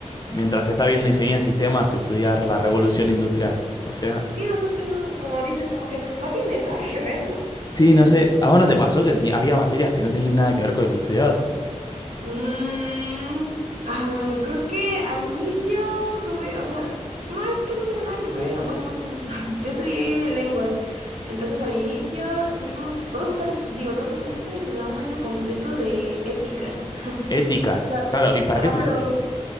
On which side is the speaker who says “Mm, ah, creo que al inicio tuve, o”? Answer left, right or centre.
Right